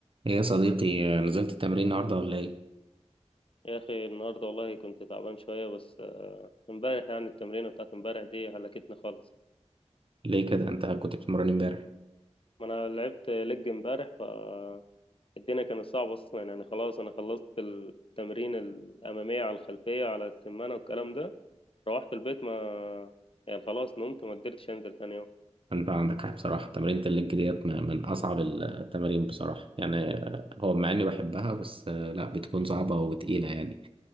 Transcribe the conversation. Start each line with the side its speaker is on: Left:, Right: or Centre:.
Right: ايه يا صديقي نزلت التمرين النهارده ولا ايه؟
Left: يا اخي النهارده والله كنت تعبان شويه بس آه، امبارح يعني التمرينه بتاعت امبارح دي هلكتني خالص
Right: ليه كده؟ انت كنت بتتمرن امبارح
Left: ما انا لعبت لج امبارح فالدنيا كانت صعبه اصلا يعني خلاص انا خلصت التمرين الاماميه على الخلفيه على السمانه والكلام ده روحت البيت ما يعني خلاص نمت ما قدرتش انزل تاني يوم
Right: انت عندك حق بصراحة تمرينة الليج ديت م- من اصعب التمارين بصراحة يعني آه، هو مع اني بحبها بس آه، لا بتكون صعبة وتقيلة يعني